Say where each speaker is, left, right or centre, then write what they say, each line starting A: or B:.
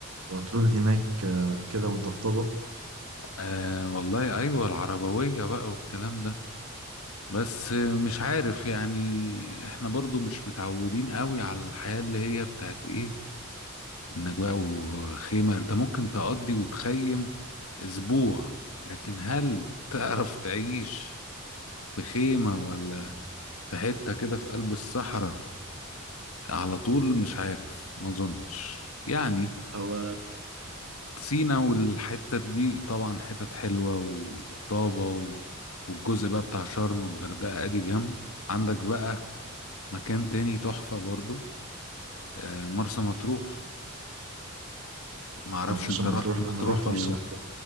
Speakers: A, on the right (about 80°); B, on the left (about 80°).
A: على طول هناك آه، كده وأنت في طبق
B: آه والله ايوه العربوية بقى والكلام ده بس آه، مش عارف يعني احنا برضو مش متعودين قوي على الحياة اللي هي بتاعت ايه انك بقى وخيمة انت ممكن تقضي وتخيم اسبوع لكن هل تعرف تعيش في خيمة ولا في حتة كده في قلب الصحراء على طول مش عارف ما اظنش يعني
A: هو
B: سينا والحتة دي طبعا حتت حلوة وطابة و... والجزء بقى بتاع شرم والغردقة ادي جنب عندك بقى مكان تاني تحفة برضو آه، مرسى مطروح معرفش
A: مرسى
B: انت
A: مطروح
B: رحت مطروح
A: انا رحت
B: ولا
A: مرسى
B: لأ.
A: مطروح